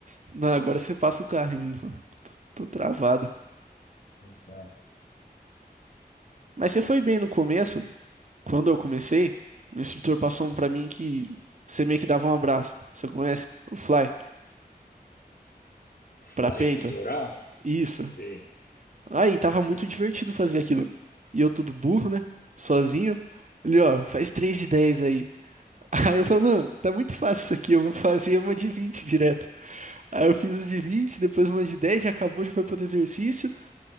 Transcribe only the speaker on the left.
Então,
fly
peitoral?
Sim.